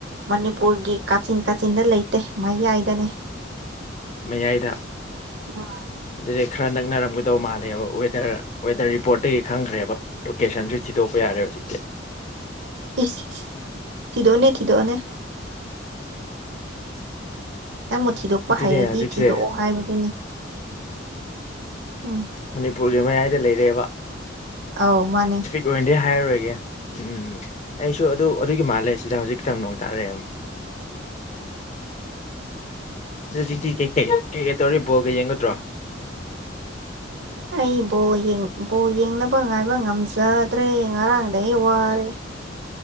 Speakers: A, on the right; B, on the left.
A: ꯃꯅꯤꯄꯨꯔꯒꯤ ꯀꯥꯆꯤꯟ ꯀꯥꯆꯤꯟꯗ ꯂꯩꯇꯦ ꯃꯌꯥꯏꯗꯥꯅꯦ
B: ꯃꯌꯥꯏꯗ
A: ꯎꯝ
B: ꯑꯗꯨꯗꯤ ꯈꯔ ꯅꯛꯅꯔꯝꯒꯗꯧ ꯃꯥꯜꯂꯦꯕ ꯋꯦꯗ꯭ꯔ ꯋꯦꯗ꯭ꯔ ꯔꯤꯄꯣꯔꯠꯇꯥꯒꯤ ꯈꯪꯈ꯭ꯔꯦꯕ ꯂꯣꯀꯦꯁꯟꯁꯨ ꯊꯤꯗꯣꯛꯄ ꯌꯥꯔꯦ ꯍꯧꯖꯤꯛꯇꯤ
A: ꯏꯁ ꯊꯤꯗꯣꯛꯑꯣꯅꯦ ꯊꯤꯗꯣꯛꯑꯣꯅꯦ ꯅꯪꯕꯨ ꯊꯤꯗꯣꯛꯄ
B: ꯑꯗꯨꯅꯦ
A: ꯍꯩꯔꯥꯗꯤ
B: ꯍꯧꯖꯤꯛꯁꯦ
A: ꯊꯤꯗꯣꯛꯑꯣ ꯍꯥꯏꯕꯗꯨꯅꯤ ꯎꯝ
B: ꯃꯅꯤꯄꯨꯔꯒꯤ ꯃꯌꯥꯏꯗ ꯂꯩꯔꯦꯕ
A: ꯑꯧ ꯃꯥꯅꯦ
B: ꯂꯣꯏꯅꯗꯤ ꯍꯥꯏꯔꯥꯔꯣꯏꯒꯦ ꯎꯝ ꯑꯩꯁꯨ ꯑꯗꯨ ꯑꯗꯨꯒꯤ ꯃꯥꯜꯂꯦ ꯁꯤꯗ ꯍꯧꯖꯤꯛꯇꯪ ꯅꯣꯡ ꯇꯥꯔꯛꯑꯦꯕ ꯑꯗꯨꯗꯤ ꯀꯩ ꯀꯩ ꯀꯩ ꯀꯩ ꯇꯧꯔꯤ ꯕꯣꯜꯒ ꯌꯦꯡꯒꯗ꯭ꯔꯣ
A: ꯑꯩ ꯕ‌ꯣꯜ ꯌ‌ꯦꯡ ꯕꯣꯜ ꯌꯦꯡꯅꯕ ꯉꯥꯏꯕ ꯉꯝꯖꯗ꯭ꯔꯦ ꯉꯔꯥꯡꯗꯩ ꯋꯥꯔꯦ